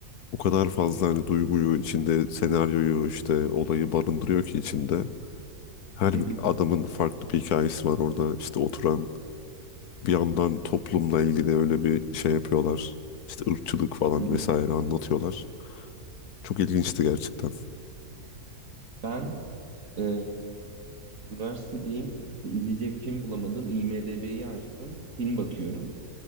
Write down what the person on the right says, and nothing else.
Hı hı,
hı hı.
Ben e, üniversitedeyim. İşte izleyecek film bulamadım. IMDb'yi açtım. Film bakıyorum.